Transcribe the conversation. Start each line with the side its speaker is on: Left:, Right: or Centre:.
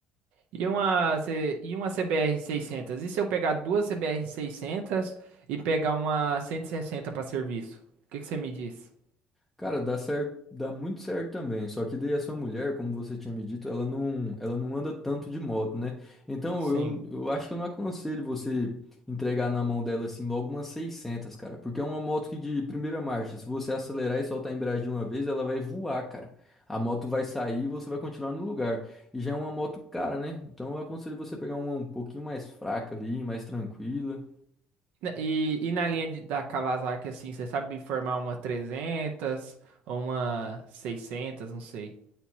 Right: E uma, C- e uma CBR 600? E se eu pegar duas CBR 600 e pegar uma 160 para serviço? O que que você me diz?
Centre: Cara, dá certo, dá muito certo também. Só que daí a sua mulher, como você tinha me dito, ela não, ela não anda tanto de moto, né? Então
Right: Sim.
Centre: eu, eu acho que eu não aconselho você entregar na mão dela assim logo umas 600, cara, porque é uma moto que de primeira marcha, se você acelerar e soltar a embreagem de uma vez, ela vai voar, cara. A moto vai sair e você vai continuar no lugar. E já é uma moto cara, né? Então eu aconselho você pegar uma um pouquinho mais fraca ali, mais tranquila.
Right: Na- E, e na linha de- da Kawasaki, assim, você sabe formar uma 300 ou uma 600, não sei.